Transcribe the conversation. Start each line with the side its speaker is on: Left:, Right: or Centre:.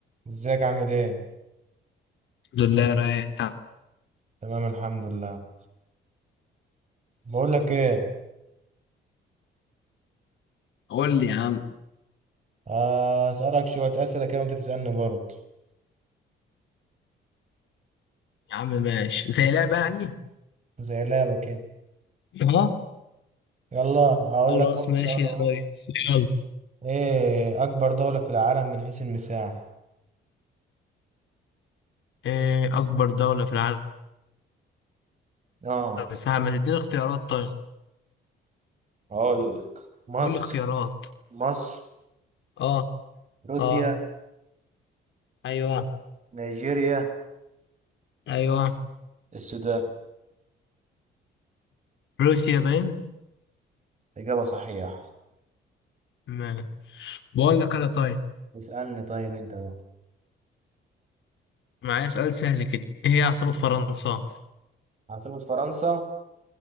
Right: ازيك عامل ايه
Left: الحمد لله رايق انت
Right: تمام الحمد لله بقول لك ايه
Left: قول لي يا عم
Right: آه، اسالك شويه اسئله كده وانت تسالني برضه
Left: يا عم ماشي زي لعبة يعني
Right: زي لعبه كده
Left: اه
Right: يلا هقول
Left: خلاص
Right: لك اول
Left: ماشي
Right: سؤال
Left: يا
Right: اهو
Left: ريس يلا
Right: ايه اكبر دوله في العالم من حيث المساحه
Left: ايه اكبر دولة في العالم
Right: اه
Left: مساحة ما تديني اختيارات طيب
Right: هقول لك مصر
Left: قول لي اختيارات
Right: مصر
Left: اه
Right: روسيا
Left: اه ايوه
Right: نيجيريا
Left: ايوه
Right: السودان
Left: روسيا باين
Right: إجابة صحيحة
Left: ما. بقول لك انا طيب
Right: اسألني طيب أنت بقى
Left: معايا سؤال سهل كده ايه هي عاصمة فرنسا
Right: عاصمة فرنسا